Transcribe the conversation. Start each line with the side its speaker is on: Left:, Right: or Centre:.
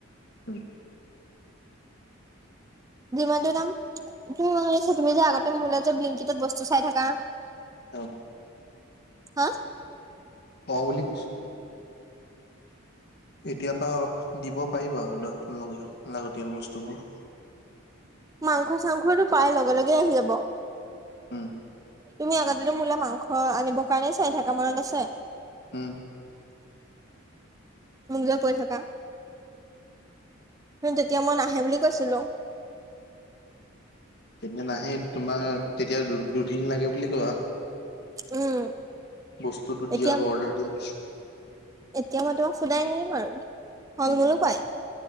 Left: উম
Right: যিমানটো দাম তুি ম শুনিছা তুমি যে আগতে মোলৈ যে বিংকটত বস্তু চাই থাকা।
Left: অ
Right: হা
Left: অ বুলি কৈছোঁ। এতিয়াৰ পা দিব পাৰিবা লাগতিয়াল বস্তুবোৰ।
Right: মাংস চাংসটো পায় লগে লগেই আহি যাব।
Left: হম
Right: তুমি আগতে মোলে মাংস আনিবৰ কাৰণে চাই থাকা মনত আছে?
Left: হম
Right: মোক যে কৈ থকা। কিন্ত তেতিয়া মই নাহে বুলি কৈছিলোঁ।
Left: তেতিয়া নাহে তোমাৰ তেতিয়া দু দুদিন লাগে বুলি কোৱা।
Right: উম!
Left: বস্তুটো
Right: এতিয়া
Left: দিয়া বা অৰ্ডাৰ দিয়া
Right: এতিয়া মই তোমাক সোধাই নিদিম আৰু ফল
Left: উম
Right: মূলো পায়